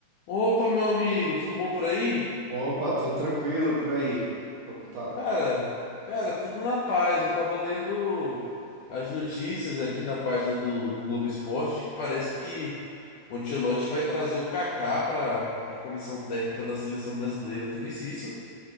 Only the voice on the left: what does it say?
Opa, meu amigo, tudo bom por aí?
Cara, cara, tudo na paz. Eu tava lendo as notícias aqui na página do, do Globo Esporte de que parece que o Ancelotti vai trazer o Kaká pra, pra comissão técnica da seleção brasileira. Tu visse isso?